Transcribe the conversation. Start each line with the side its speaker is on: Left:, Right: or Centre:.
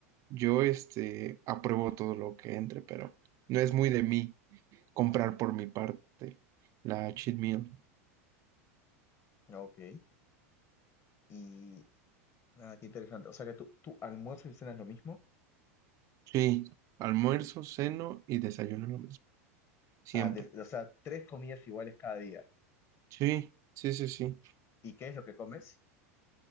Right: yo este, apruebo todo lo que entre, pero no es muy de mí comprar por mi parte la cheat meal.
Left: Ok. Y nada, qué interesante. O sea que tú, tú almuerzas y cenas lo mismo.
Right: Sí, almuerzo, ceno y desayuno lo mismo, siempre.
Left: Ah, des- o sea, tres comidas iguales cada día.
Right: Sí, sí, sí, sí.
Left: ¿Y qué es lo que comes?